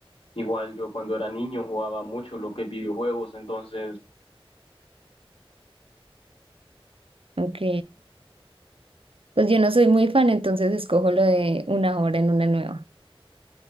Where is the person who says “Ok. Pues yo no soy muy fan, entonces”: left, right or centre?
Right